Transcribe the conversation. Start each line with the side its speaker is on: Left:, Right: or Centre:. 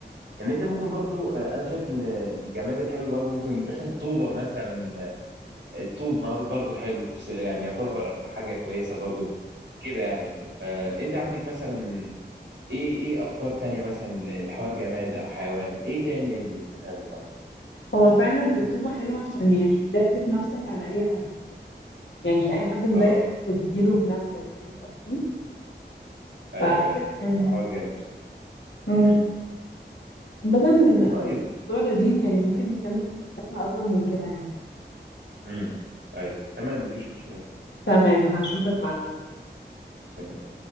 Right: ان انت ممكن برضو آه، انا شايف ان الجماد الحلو برضو ممكن <laughs> الطوبه مثلا آه، الطوب مر- برضو حلو بس يعني يعتبر حاجه كويسه برضو كده يعني فانت عندك مثلا ايه ايه افكار تانية مثلا لحوار جماد او حيوان ايه تاني اللي في دماغك يعني
Left: هو فعلا الطوبة حلوة عشان يعني تحدف نفسك على أي حد يعني أي حد مضايقك
Right: اه
Left: تديله بنفسك فاهم قصدي؟
Right: ايوه
Left: فحلو
Right: ايوه
Left: يعني
Right: حوار جامد بصراحه
Left: مم.
Right: امم
Left: عامة
Right: طيب
Left: حاسة الموضوع لذيذ يعني ممكن نتكلم فيه بشكل أطول من كده يعني
Right: امم ايوه تمام مفيش مشكله
Left: تمام هشوفك بعدين
Right: تمام